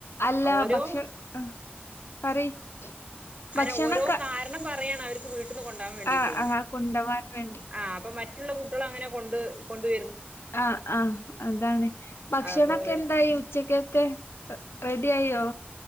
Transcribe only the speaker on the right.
ആ ഓരോ
അയ്ന്
ഓരോ കാരണം പറ <unintelligible> യാണ് അവര്ക്ക് വീട് ട്ട്ന്ന് കൊണ്ടാവാൻ വേണ്ടിട്ടെ
ആ അപ്പം മറ്റുള്ള കുട്ടികള് അങ്ങനെ കൊണ്ട് കൊണ്ടുവ
അപ്പൊ അവര്